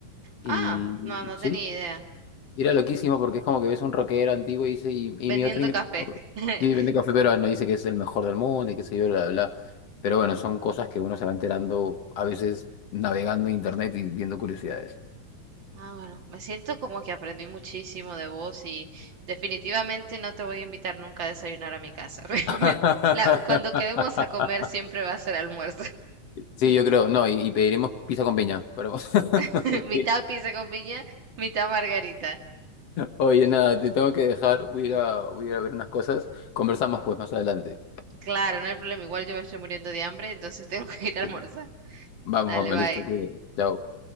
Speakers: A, on the left (about 55°); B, on the right (about 35°).
A: Y
B: Ah, no, no
A: sí,
B: tenía idea.
A: y era loquísimo porque es como que ves un rockero antiguo y dice, y, y
B: Vendiendo
A: mi otro ingreso,
B: café. <laughs>
A: sí, vende café peruano, dice que es el mejor del mundo y que se yo, bla, bla, bla. Pero bueno, son cosas que uno se va enterando a veces navegando en internet y viendo curiosidades.
B: Ah, bueno, me siento como que aprendí muchísimo de vos y definitivamente no te voy a invitar nunca a desayunar a mi casa. <laughs>
A: <laughs>
B: La- cuando quedemos a comer siempre va a ser almuerzo.
A: Sí, yo creo, no, y, y pediremos pizza con piña, pero <laughs>
B: <laughs>
A: mentira.
B: Mitad pizza con piña, mitad margarita.
A: Oye, nada, te tengo que dejar, voy a ir a, voy a ir a ver unas cosas, conversamos pues más adelante.
B: Claro, no hay problema. Igual yo me estoy muriendo de hambre, entonces <laughs> tengo que ir a
A: Sí.
B: almorzar.
A: Vamos,
B: Dale,
A: vamos,
B: bye.
A: listo, cuídate. Chao.